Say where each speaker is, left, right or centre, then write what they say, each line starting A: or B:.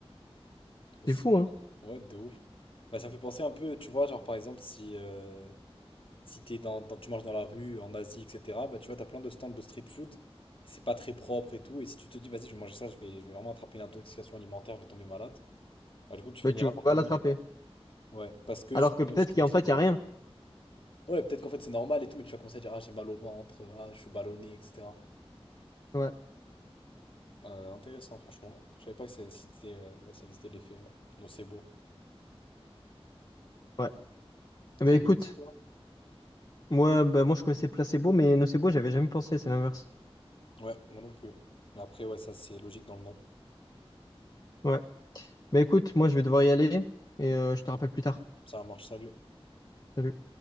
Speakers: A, on the left; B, on the left.
A: Trop
B: c'est
A: stylé.
B: fou, hein?
A: Ouais, de ouf. Bah, ça me fait penser un peu, tu vois, genre par exemple, si, euh, si t'es dans, dans- tu marches dans la rue, en Asie, etc., bah tu vois, t'as plein de stands de street food, et c'est pas très propre et tout, et si tu te dis, vas-y, je vais manger ça, je vais, je vais vraiment attraper une intoxication alimentaire, je vais tomber malade, bah du coup, tu finiras
B: Ben, tu
A: par
B: vas
A: tomber
B: l'attraper.
A: malade. Ouais, parce que
B: Alors
A: justement,
B: que peut-être
A: tu te
B: qu'en
A: dis.
B: fait, il n'y a rien.
A: Ouais, peut-être qu'en fait c'est normal et tout, mais tu vas commencer à dire, ah, j'ai mal au ventre, ah, je suis ballonné, etc.
B: Ouais,
A: Euh, intéressant, franchement. Je savais pas que ça existait, euh, ça existait l'effet euh, nocebo.
B: ouais. Eh
A: Tu
B: Ben, écoute.
A: connaissais, toi?
B: Ouais, bah moi je connaissais Placebo, mais Nocebo, j'avais jamais pensé, c'est l'inverse.
A: Ouais, moi non plus. Mais après, ouais, ça c'est logique dans le nom.
B: Ouais. Bah écoute, moi je vais devoir y aller et euh, je te rappelle plus tard.
A: Ça marche, salut.
B: Salut.